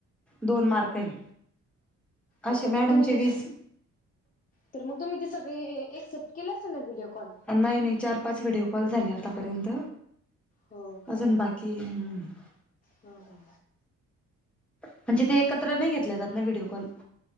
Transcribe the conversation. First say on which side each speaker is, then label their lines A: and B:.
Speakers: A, in the centre; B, on the left.
A: दोन मार्क आहे. असे
B: आता
A: मॅडमचे
B: मग तुम्ही ते
A: वीस
B: तर मग तुम्ही ते सगळे ऍक्सेप्ट केलं असेल ना व्हिडिओ कॉल.
A: नाही नाही चार पाच व्हिडिओ कॉल झाले आतापर्यंत.
B: हो
A: अजून
B: का.
A: बाकी म्हणजे
B: हा हा.
A: म्हणजे ते एकत्र नाहीे घेतले जात ना व्हिडिओ कॉल.